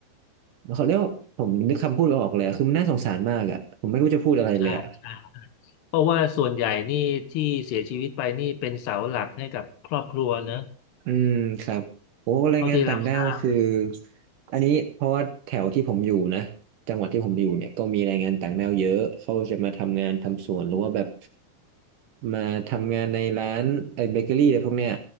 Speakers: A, on the right; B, on the left.
A: เขาเรียกว่าผมนึกคำพูดไม่ออกเลยอะคือมันน่าสงสารมากอ่ะผมไม่รู้จะพูดอะไรเลยอ่ะ
B: ใช่ใช่ เพราะว่าส่วนใหญ่นี่ที่เสียชีวิตไปนี่เป็นเสาหลักให้กับครอบครัวเนอะ
A: อืมครับโอ้แรงงานต่างด้าวคือ
B: เท่าที่รับทราบ
A: อันนี้เพราะว่าแถวที่ผมอยู่นะจังหวัดที่ผมอยู่เนี่ยก็มีแรงงานต่างด้าวเยอะเขาจะมาทำงานทำสวนหรือว่าแบบมาทำงานในร้านเออเบเกอรี่อะไรพวกเนี้ย